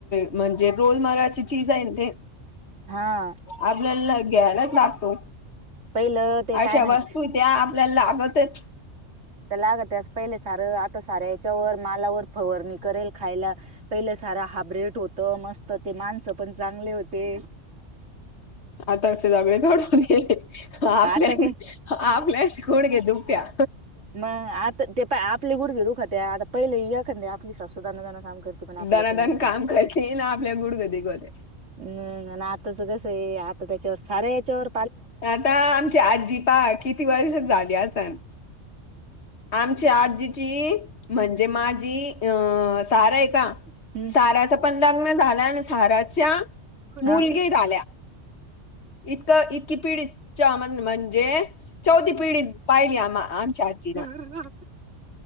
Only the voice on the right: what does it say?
हा
पहिलं ते
काय म्हणते
त्या लाग त्यास पहिले सारं आता सारा याच्यावर मालावर फवारणी करेल खायला पहिलं सारा हाब्रेट होत मस्त ते माणसं पण चांगले होते
आता काय
मग आता ते प आपले गुडघे दुखात आता पहिले या करते आपली सासू दानादाना काम करते पण आपल्याकडून
होत नाही.
हम् आणि आताच कसं आहे आता त्याच्यावर साऱ्या हेच्यावर
हम्म.
हा
हा.